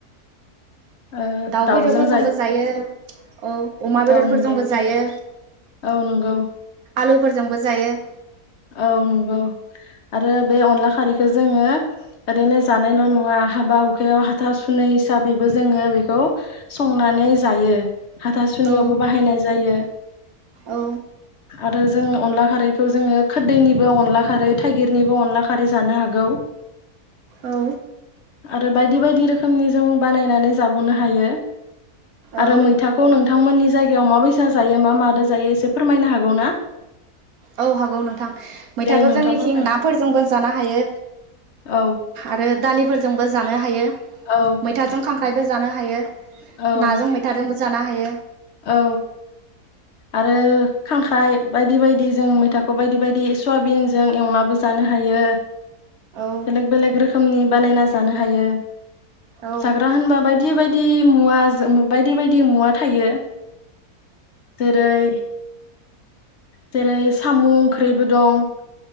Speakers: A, on the left; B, on the right.
A: ओ
B: दाउ
A: दाउजों
B: बेदरफोरजोंबो जायो औ अमा बेदरफोरजोंबो
A: औ नंगौ
B: जायो।
A: औ नंगौ
B: आलुफोरजोंबो जायो।
A: औ नंगौ। आरो बे अनला खारैखौ जोङो ओरैनो जानायल नङा हाबा हखायाव हाथा सुनि हिसाबैबो जोङो बेखौ संनानै जायो हाथा सुनियावबो
B: औ
A: बाहायनाय जायो
B: औ
A: आरो जों अनला खारैखौ जोङो। खदैनिबो अनला खारै थाइगिरनिबो अनला खारै जानो हागौ
B: औ
A: आरो बायदि बायदि रोखोमनि जों बानायनानै जाबावनो हायो।
B: औ
A: आरो मैथाखौ नोंथांमोननि जायगायाव माबैसा जायो मा माद जायो एसे फोरमायनो हागौ ना?
B: औ हागौ नोंथां मैथाखौ
A: दे नोंथां
B: जोंनिखिं
A: फोरमाय
B: नाफोरजोंबो जानो हायो
A: औ
B: आरो। दालिफोरजोंबो जानो हायो
A: औ
B: मैथाजों खांख्राय बो जानो हायो
A: औ
B: नाजों मैथादों जानो हायो
A: औ आरो खांख्राइ बायदि बायदि जों मैथाखौ बायदि बायदि सयाबिनजों एवनाबो जानो हायो
B: औ
A: बेलेग बेलेग रोखोमनि बानायना जानो हायो
B: औ
A: जाग्रा होनबा बायदि बाय दि मुवाजो बायदि बायदि मुवा थायो जेरै जेरै साम ओंख्रिबो दं